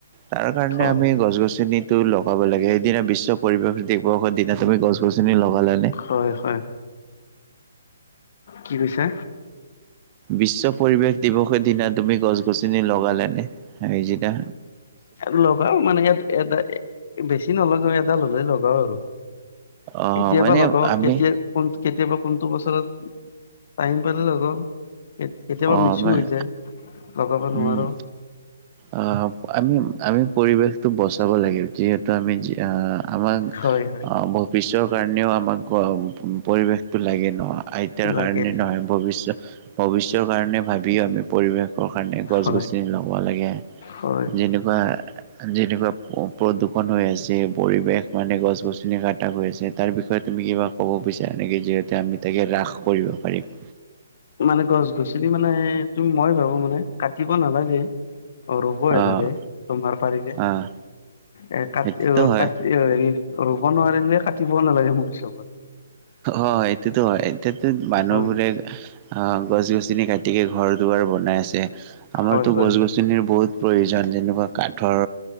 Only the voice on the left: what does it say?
হয়
হয় হয় কি কৈছা?
আৰু লগাও মানে ইয়াত এটা বেছি নলগাও। এডাল হলে লগাও আৰু।
কেতিয়াবা
লগাও।
কেতিয়া কোন কেতিয়াবা কোনটো বছৰত। টাইম পালে লগাও। কেতিয়াবা
মিছো
হৈ যায়। লগাব নোৱাৰো।
হয় হয়
লাগে
লাগে
হয়
হয় হয়
মানে গছ গছনি মানে তুমি মই ভাবো মানে কাটিব নালাগে। অ ৰুবইএ
লাগে তোমাৰ পাৰিলে।
এ কাট
কাট, হেৰি ৰুব নোৱাৰিম যে কাটিবও নালাগে মোৰ হিচাপত।
হয়
হয় হয়